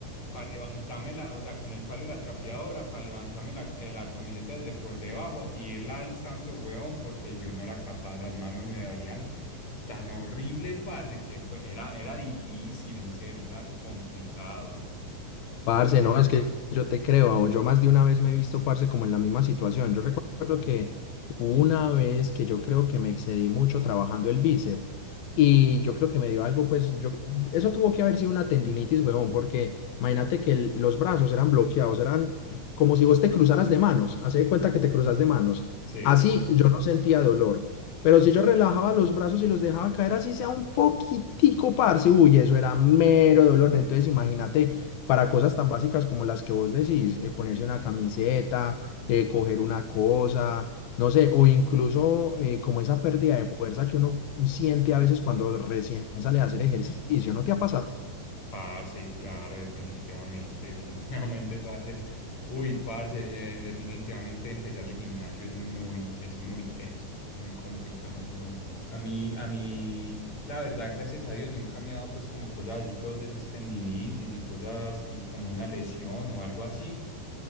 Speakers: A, on the left; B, on the left.
A: para levantarme la, o sea, con el palo de la trapeadora, para levantarme la, eh, la camiseta desde por debajo y irla alzando, weón, porque yo no era capaz, las manos me dolían tan horrible, parce, que fue, era, era difícil, en serio, era complicado.
B: Parce, no, es que yo te creo, yo más de una vez me he visto, parce, como en la misma situación. Yo recuerdo que hubo una vez que yo creo que me excedí mucho trabajando el bíceps y yo creo que me dio algo, pues, yo, eso tuvo que haber sido una tendinitis, huevón, porque imagínate que el- los brazos eran bloqueados, eran como si vos te cruzaras de manos, haz de cuenta que te cruzas de manos.
A: Sí.
B: Así yo no sentía dolor, pero si yo relajaba los brazos y los dejaba caer así sea un poquitico, parce, uy, eso era mero dolor. Entonces imagínate para cosas tan básicas como las que vos decís, eh, ponerse una camiseta, eh, coger una cosa, no sé, o incluso eh, como esa pérdida de fuerza que uno siente a veces cuando recién sale a hacer ejercicio, ¿no te ha pasado?
A: Parce, claro, definitivamente, definitivamente, <laughs> parce. Uy, parce, eh, definitivamente empezar el gimnasio es muy, es muy teso, muy complicado, weón. A mí, a mí, la verdad, gracias a Dios, nunca me ha dado pues como cosas así que vos decís tendinitis y cosas y como una lesión o algo así,